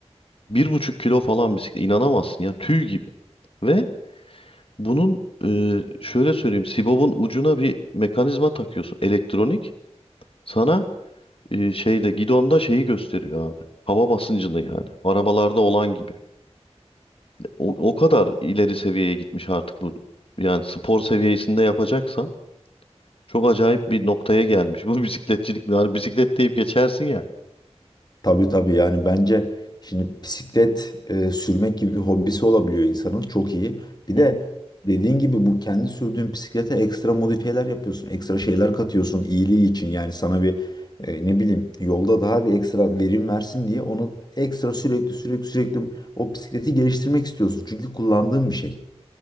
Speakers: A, on the left (about 55°); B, on the left (about 40°).
A: bir buçuk kilo falan bisiklet. İnanamazsın ya tüy gibi. Ve bunun e, şöyle söyleyeyim. Sibob'un ucuna bir mekanizma takıyorsun. Elektronik. Sana e, şeyde gidonda şeyi gösteriyor abi. Hava basıncını yani. Arabalarda olan gibi. O, o kadar ileri seviyeye gitmiş artık bu. Yani spor seviyesinde yapacaksan çok acayip bir noktaya gelmiş. <laughs> Bu bisikletçilik. Yani bisiklet deyip geçersin ya.
B: Tabii tabii yani bence şimdi bisiklet e, sürmek gibi bir hobisi olabiliyor insanın çok iyi. Bir
A: <laughs>
B: de dediğin gibi bu kendi sürdüğün bisiklete ekstra modifiyeler yapıyorsun. Ekstra şeyler katıyorsun iyiliği için yani sana bir e, ne bileyim yolda daha bir ekstra verim versin diye onu ekstra sürekli sürekli sürekli o bisikleti geliştirmek istiyorsun. Çünkü kullandığın bir şey.